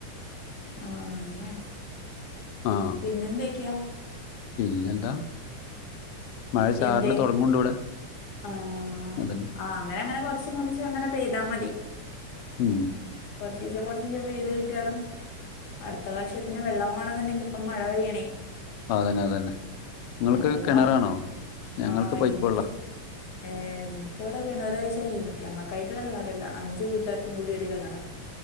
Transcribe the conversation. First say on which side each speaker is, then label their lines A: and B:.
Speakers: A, on the left; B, on the left.
A: ആഹ് അങ്ങനെയാണ്
B: ആഹ്
A: പിന്നെന്തെക്കെയ
B: പിന്നെന്താ മഴ ചാറല്
A: എന്തെ
B: തുടങ്ങുണ്ട് ഇവിടെ
A: ആഹ്
B: അതന്നെ
A: ആഹ് അങ്ങനെ അങ്ങനെ കൊറച്ച്കാണിച്ച് അങ്ങനെ പെയ്താ മതി
B: ഉം
A: കൊറച്ചീശെ കൊറച്ചീശെ പെയ്ത് കിട്ടിയാലും അടുത്ത വർഷത്തിന് വെള്ളം വേണന്നുണ്ടെങ്കി ഇപ്പം മഴ പെയ്യണേ
B: അതന്നെ അതന്നെ ഇങ്ങൾക്ക്
A: അല്ലാതെ
B: കിണറാണോ ഞങ്ങൾക്ക്
A: ആഹ്
B: പൈപ്പ്
A: ഇനിക്ക്
B: വെള്ളവാ
A: ഏഹ് എൻക്കിവടെ കിണറഴിച്ചാൽ ഇൻ ഞങ്ങക്കായിട്ടുള്ള കിണറല്ല അഞ്ചു വീട്ടാർക്കും കൂടി ഒരു കിണറാ.